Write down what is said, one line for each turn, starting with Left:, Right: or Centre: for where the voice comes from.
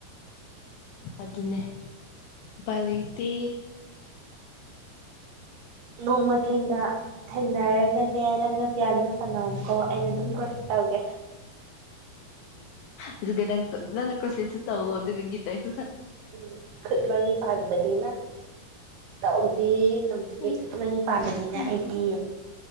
Left: ꯑꯗꯨꯅꯦ ꯎꯄꯥꯏꯂꯩꯇꯦ
Right: ꯅꯣꯡꯃ ꯊꯦꯡꯅ ꯊꯦꯡꯅꯔꯒꯅꯦ ꯅꯪꯅ ꯄꯤꯌꯥꯅꯣ ꯁꯥꯟꯅꯧ ꯑꯣ ꯑꯩꯅ ꯑꯗꯨꯝ ꯀ꯭ꯔꯣꯁ ꯇꯧꯒꯦ
Left: ꯑꯗꯨꯒ ꯅꯪ ꯐꯖꯅ ꯀ꯭ꯔꯣꯁꯦꯁꯁꯨ ꯇꯧꯑꯣ ꯑꯗꯨꯒ ꯒꯤꯇꯔ
Right: ꯎꯝ ꯈꯨꯠ ꯃꯔꯤ ꯄꯥꯟꯕꯅꯤꯅ ꯇꯧꯗꯦ ꯇꯧꯗꯦ
Left: ꯎꯝ
Right: ꯈꯨꯠ ꯃꯔꯤ ꯄꯥꯟꯕꯅꯤꯅ
Left: ꯎꯝ
Right: ꯑꯩꯗꯤ